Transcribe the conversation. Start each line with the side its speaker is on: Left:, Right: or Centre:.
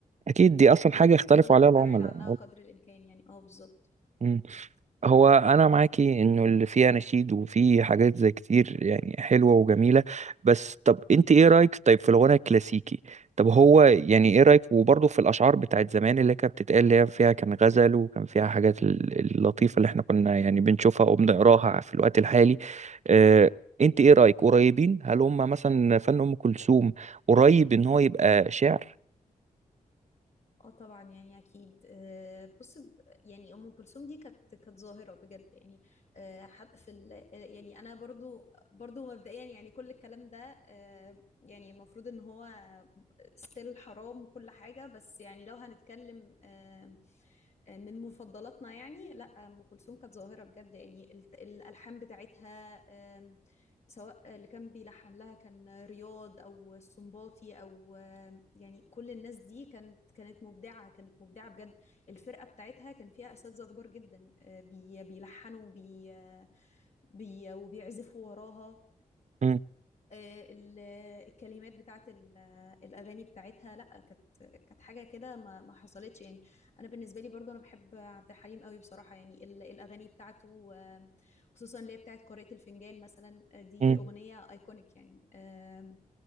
Right: اكيد دي اصلا حاجة
Left: يعني
Right: اختلفوا
Left: بحاول أب-
Right: عليها العملاء
Left: ابعد عنها قدر الامكان يعني اه بالظبط
Right: مم. هو انا معاكي انه اللي فيه اناشيد وفيه حاجات زي كتير يعني حلوه وجميله بس طب انت ايه رايك طيب في الغنى الكلاسيكي طب هو يعني ايه رايك وبرضه في الاشعار بتاعت زمان اللي كانت بتتقال اللي هي فيها كان غزل وكان فيها حاجات ال- اللطيفه اللي احنا كنا يعني بنشوفها وبنقراها في الوقت الحالي اه انت ايه رايك قريبين هل هم مثلا فن ام كلثوم قريب ان هو يبقى شعر
Left: اه طبعا يعني اكيد آه، بص ب- يعني ام كلثوم دي كانت كانت ظاهره بجد يعني آه، حد في ال... آه، يعني انا برضو برضو مبدئيا يعني كل الكلام ده آه، يعني المفروض ان هو ستيل حرام وكل حاجه بس يعني لو هنتكلم آه، آه، من مفضلاتنا يعني لا ام كلثوم كانت ظاهره بجد يعني الت- الالحان بتاعتها سواء اللي كان بيلحن لها كان رياض او السنباطي او يعني كل الناس دي كانت كانت مبدعه كانت مبدعه بجد الفرقه بتاعتها كان فيها اساتذه كبار جدا آه، بي- بيلحنوا بي آه، بي وبيعزفوا وراها
Right: مم.
Left: آه، ال- الكلمات بتاعت ال- الأغاني بتاعتها لأ كانت كانت حاجة كده ما ما حصلتش يعني أنا بالنسبة لي برضو أنا بحب عبد الحليم قوي بصراحة يعني ال- الأغاني بتاعته آه، خصوصا اللي هي بتاعت قارئة الفنجان مثلا آه، دي
Right: مم.
Left: أغنية أيكونيك يعني آم،